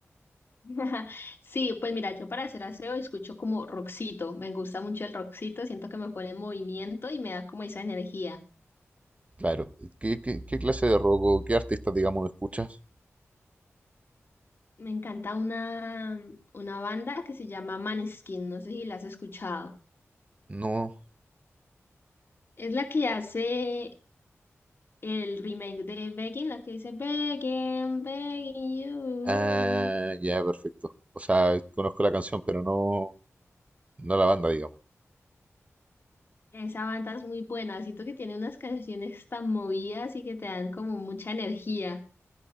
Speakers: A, on the left (about 45°); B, on the right (about 25°).
A: <laughs> Sí, pues mira, yo para hacer aseo escucho como rockcito. Me gusta mucho el rockcito, siento que me pone en movimiento y me da como esa energía.
B: Claro, ¿qué, qué- qué clase de rock o qué artista, digamos, escuchas?
A: Me encanta una, una banda que se llama Maneskin, no sé si la has escuchado.
B: No.
A: Es la que hace el remake de Begging, la que dice Begging, Begging You.
B: Ah, ya, perfecto. O sea, conozco la canción, pero no, no la banda, digamos.
A: Esa banda es muy buena, siento que tiene unas canciones tan movidas y que te dan como mucha energía.